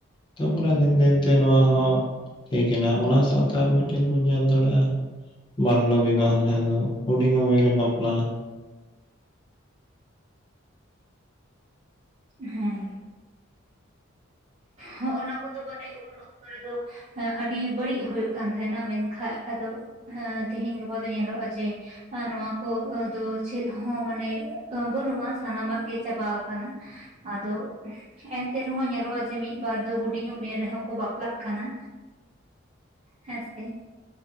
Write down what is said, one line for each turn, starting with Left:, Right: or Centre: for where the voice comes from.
Left: ᱛᱟᱨᱯᱚᱨᱮ ᱫᱤᱱ ᱫᱤᱱᱛᱮ ᱱᱚᱣᱟ ᱦᱚᱸ ᱴᱷᱤᱠ ᱮᱱᱟ ᱚᱱᱟ ᱥᱟᱶᱛᱮ ᱟᱨ ᱢᱤᱫᱴᱮᱱ ᱵᱚᱱ ᱧᱮᱞ ᱫᱟᱲᱮᱭᱟᱜᱼᱟ ᱵᱟᱞᱞᱚ ᱵᱤᱵᱟᱦᱚ ᱡᱟᱦᱟᱸ ᱫᱚ ᱦᱩᱰᱤᱝ ᱩᱢᱮᱨ ᱨᱮ ᱵᱟᱯᱞᱟ᱾
Right: ᱦᱮᱸ᱾ ᱦᱚᱸ ᱚᱱᱟ ᱠᱚᱫᱚ ᱢᱟᱱᱮ ᱩᱱ ᱚᱠᱛᱚ ᱨᱮᱫᱚ ᱟᱹᱰᱤ ᱵᱟᱹᱲᱤᱡ ᱦᱩᱭᱩᱜ ᱠᱟᱱ ᱛᱟᱦᱮᱸᱦᱱᱟ ᱢᱮᱱᱠᱷᱟᱱ ᱟᱫᱚ ᱛᱮᱦᱮᱧ ᱜᱟᱯᱟ ᱫᱚ ᱧᱮᱞᱚᱜᱼᱟ ᱡᱮ ᱱᱚᱣᱟ ᱠᱚᱫᱚ ᱪᱮᱫ ᱦᱚᱸ ᱢᱟᱱᱮ ᱵᱟᱹᱱᱩᱜᱼᱟ ᱥᱟᱱᱟᱢᱟᱜ ᱜᱮ᱾ ᱪᱟᱵᱟ ᱟᱠᱟᱱᱟ ᱟᱫᱚ ᱮᱱᱛᱮ ᱨᱮᱦᱚᱸ ᱧᱮᱞᱚᱜᱼᱟ ᱡᱮ ᱢᱤᱫ ᱵᱟᱨ ᱫᱚ ᱦᱩᱰᱤᱧ ᱩᱢᱮᱨ ᱨᱮᱦᱚᱸ ᱠᱚ ᱵᱟᱯᱞᱟᱜ ᱠᱟᱱᱟ ᱦᱮᱸᱥᱮ᱾